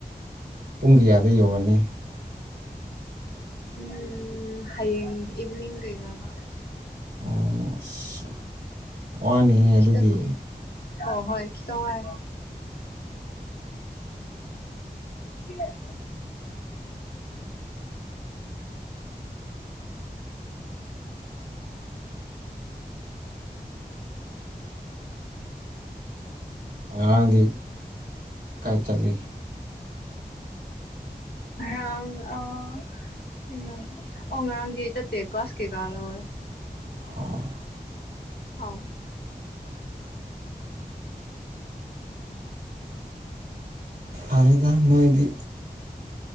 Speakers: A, on the right; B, on the left.
A: ꯄꯨꯡ ꯀꯌꯥꯗ ꯌꯧꯔꯅꯤ
B: ꯎꯝ ꯍꯌꯦꯡꯡ ꯏꯚꯅꯤꯡꯩ ꯀꯗ
A: ꯑꯣ ꯑꯁ ꯋꯥꯅꯤꯍ ꯑꯗꯨꯗꯤ
B: ꯈꯤꯇꯪ ꯀꯨꯏ ꯑꯣ ꯍꯣꯏ ꯀꯗꯥꯏ ꯃ ꯌꯥꯥꯏꯅꯣ
A: ꯉꯔꯥꯡꯗꯤ ꯀꯥꯏ ꯆꯠꯂꯤ
B: ꯑ ꯑꯣ ꯎꯝ ꯑꯣꯉꯔꯥꯡꯗꯤ ꯆꯠꯇꯦ ꯀꯣꯥꯁ ꯀꯦꯀꯥꯂꯣꯏ
A: ꯑ
B: ꯑꯥꯎ
A: ꯑꯂꯣꯏꯗ ꯅꯗꯤ